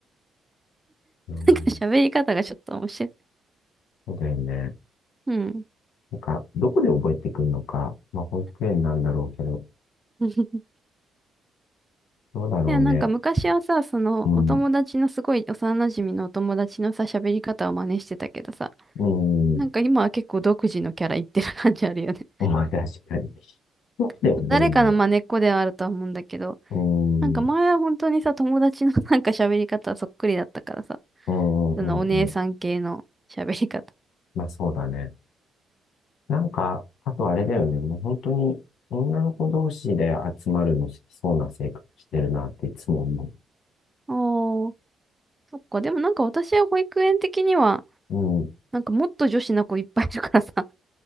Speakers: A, on the left (about 80°); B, on the right (about 15°).
A: うん、
B: か喋り方がちょっと面白い。
A: そうだよね。
B: うん。
A: なんか、どこで覚えてくんのか。まあ、保育園なんだろうけど、
B: <laughs>
A: どうだろうね。
B: いや、なんか昔はさ、その、
A: うん、
B: お友達のすごい幼馴染のお友達のさ、喋り方を真似してたけどさ、
A: うん、
B: なんか今は結構独自のキャラ言ってる感じあるよね。
A: <laughs> まあ、確かに。どこで覚えるんだろ
B: <laughs> 誰かの真似っこではあるとは思うんだけど、
A: う。うん、
B: なんか前は本当にさ、友達の <laughs> なんか喋り方そっくりだったからさ、
A: うん、
B: そのお姉さん系の喋り方。
A: うん、うんうん。まあ、そうだね。なんか、あとあれだよね。もう本当に女の子同士で集まるの好きそうな性格してるなっていつも思
B: <laughs> おー、そっか。でもなんか私は保育園的には、
A: う。うん。
B: なんかもっと女子の子いっぱいいるからさ、<laughs>